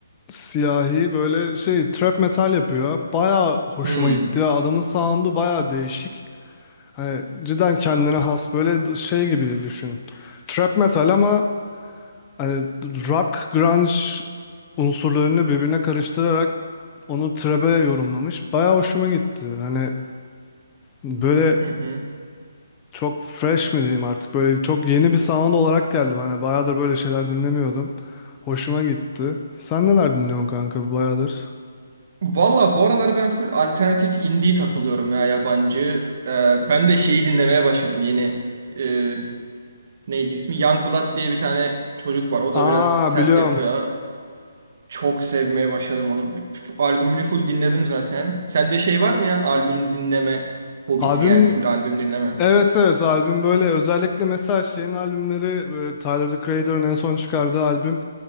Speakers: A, on the left (about 25°); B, on the right (about 55°).
A: siyahi böyle şey trap metal yapıyor. Baya hoşuma
B: Hmm.
A: gitti ya adamın sound'u baya değişik. Hani cidden kendine has böyle şey gibi düşün. Trap metal ama Hani rock, grunge unsurlarını birbirine karıştırarak onu trebe yorumlamış. Bayağı hoşuma gitti. Hani böyle
B: Hı hı.
A: çok fresh mi diyeyim artık böyle çok yeni bir sound olarak geldi bana. Bayağıdır böyle şeyler dinlemiyordum. Hoşuma gitti. Sen neler dinliyorsun kanka bayağıdır?
B: Valla bu aralar ben full alternatif indie takılıyorum ya yabancı. Ee, ben de şeyi dinlemeye başladım yeni. Ee, neydi ismi? Youngblood diye bir tane çocuk var. O
A: Aa
B: da biraz sert
A: biliyorum.
B: yapıyor. ya. Çok sevmeye başladım onu. Bir- f- Albümünü full dinledim zaten. Sende şey var mı ya? Albüm dinleme hobisi
A: Albüm
B: yani full albüm dinleme.
A: evet evet albüm böyle özellikle mesela şeyin albümleri böyle Tyler, The Creator'ın en son çıkardığı albüm